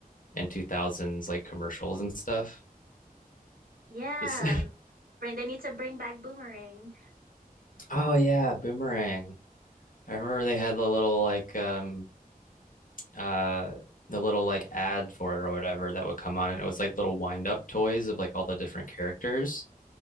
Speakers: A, on the left (about 60°); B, on the right (about 70°).
A: and 2000s like commercials and stuff.
B: Yeah.
A: Just
B: Bring- They need to bring back Boomerang.
A: <laughs> oh yeah, Boomerang. I remember they had the little like um uh the little like ad for it or whatever that would come on and it was like little wind up toys of like all the different characters.